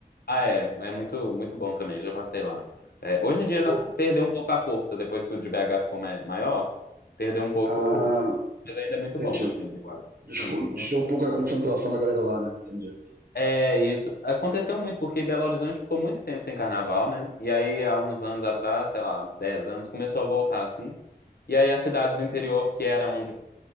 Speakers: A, on the left; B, on the right.
A: Ah, é, é muito, muito bom também, já passei lá. É, hoje em dia
B: Eu...
A: na- perdeu um pouco a força, depois que o de BH ficou ma- maior, perdeu um pouco,
B: Ah,
A: mas ainda é muito
B: entendi.
A: bom, assim, eu acho.
B: Desculpa,
A: Hum, não
B: tirou
A: sei.
B: um pouco a concentração da galera lá, né? Entendi.
A: É isso. Aconteceu muito, porque Belo Horizonte ficou muito tempo sem carnaval, né? E aí, há uns anos atrás, sei lá, 10 anos, começou a voltar assim. E aí, as cidades do interior, que era onde